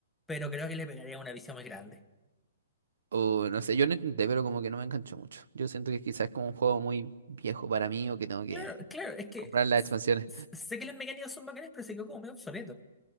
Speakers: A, in the centre; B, on the right (about 80°).
A: pero creo que le pegaría una visión más grande.
B: O no sé, yo no intenté, pero como que no me enganchó mucho. Yo siento que quizás es como un juego muy viejo para mí o que tengo que
A: Claro, claro, es que
B: comprar la
A: s-
B: expansión
A: s- sé que las mecánicas son bacanas, pero se quedó como medio obsoleto,